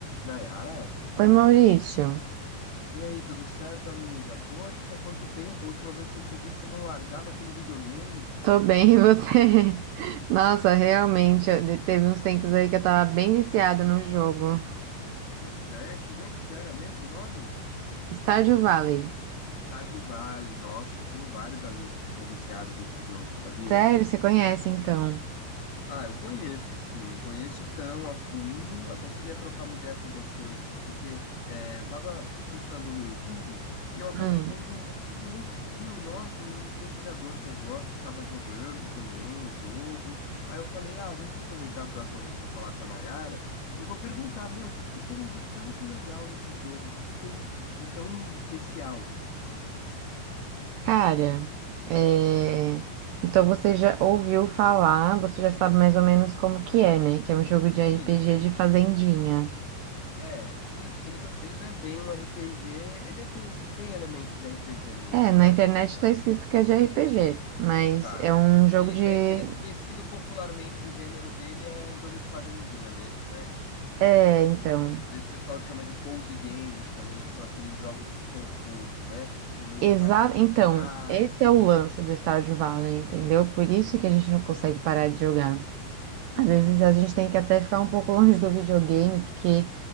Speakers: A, on the left; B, on the right.
A: Nayara?
B: Oi, Maurício.
A: E aí, tudo certo, amiga? Poxa, quanto tempo! A última vez que eu te vi, você não largava aquele videogame.
B: Tô bem, e você? <laughs> Nossa,
A: Ah,
B: realmente, eu- de- teve uns tempos aí que eu tava bem viciada no jogo.
A: pois é, que jogo que era mesmo o nome?
B: Stardew Valley.
A: Stardew Valley. Nossa, eu tenho vários amigos que são viciados nesse jogo, sabia?
B: Sério, você conhece então?
A: Ah, eu conheço, sim, não conheço tão a fundo, até queria trocar uma ideia com você hoje, porque é, eu tava fuçando no YouTube e eu acabei
B: Hum,
A: vendo um monte de review, nossa, um influenciador que eu gosto tava jogando também o jogo, aí eu falei, ah, deixa eu aproveitar a próxima vez que eu falar com a Nayara e vou perguntar, meu, o que que tem de tanto legal nesse jogo, o que tem de tão especial?
B: cara, é... então você já ouviu falar, você já sabe mais ou menos como que é, né? Que é um jogo de RPG
A: Sim,
B: de fazendinha.
A: é, ele, ele, não- ele não é bem um RPG, ele tem, tem elementos de RPG mesmo,
B: É, na
A: né?
B: internet tá escrito que é de RPG, mas
A: Tá.
B: é um jogo
A: Ele
B: de...
A: é, ele é conhecido popularmente, o gênero dele é jogo de fazendinha mesmo, né?
B: É, então.
A: Às vezes o pessoal chama de cozy games também, que são aqueles jogos de conforto, né? Que não
B: Exa
A: vai te estressar.
B: então, esse é o lance do Stardew Valley, entendeu? Por isso que a gente não consegue parar de jogar. Às
A: Entendi.
B: vezes a gente tem que até ficar um pouco longe do videogame, porque